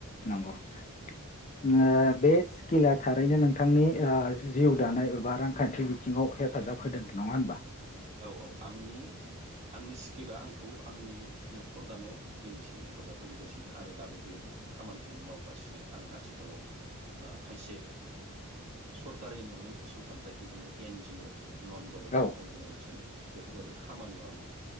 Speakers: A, on the left; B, on the right.
A: नंगौ ओ बे स्किला थारैनो नोंथांनि ओ जिउ दानाय एबा रांखान्थि बिथिङाव हेफाजाब होदों नङा होनबा?
B: औ औ आंनि आंनि स्किला आं खौ आंनि न'खर दानायाव दिनैसिम हेफाजाब होबोगासिनो आरो दाबो बे खामानिखौनो मावगासिनो आं आथिखालाव ओ खायसे सरकारि नङै फसंथान जायखौ बुङो एन जिअ नन गभार्नमेन्ट
A: औ
B: अर्गेनाइजेस बेफोरबायदि खामानियाव आङो